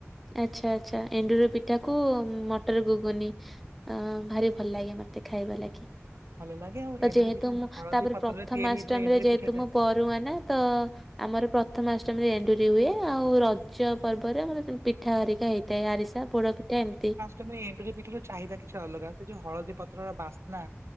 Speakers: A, in the centre; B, on the right.
A: ଆଚ୍ଛା ଆଚ୍ଛା ଏଣ୍ଡୁରି ପିଠାକୁ ମଟର ଗୁଗୁନି। ଅ ଭାରି ଭଲ ଲାଗେ ମତେ ଖାଇବା ଲାଗି।
B: ଭଲ ଲାଗେ ଆଉ
A: ତ
B: ଏଣ୍ଡୁରି
A: ଯେହେତୁ
B: ପିଠା
A: ମୁଁ
B: ଯୋଉ ହଳଦୀ
A: ତାପରେ
B: ପତ୍ରରେ
A: ପ୍ରଥମଷ୍ଟମୀରେ
B: ତିଆରି ହେଇଥିବା ଏଣ୍ଡୁରି
A: ଯେହେତୁ
B: ପିଠା ଟା
A: ମୁଁ ପ <unintelligible> ତ ଆମର ପ୍ରଥମଷ୍ଟମୀରେ ଏଣ୍ଡୁରି ହୁଏ ଆଉ ରଜ ପର୍ବରେ ଆମର ପିଠା ହରିକା ହେଇଥାଏ ଆରିସା, ପୋଡ ପିଠା ଏମିତି।
B: ତମେ ଏଣ୍ଡୁରି ପିଠା ର ଚାହିଦା କିଛି ଅଲଗା ସେ ଯୋଉ ହଳଦୀ ପତ୍ରର ବାସ୍ନା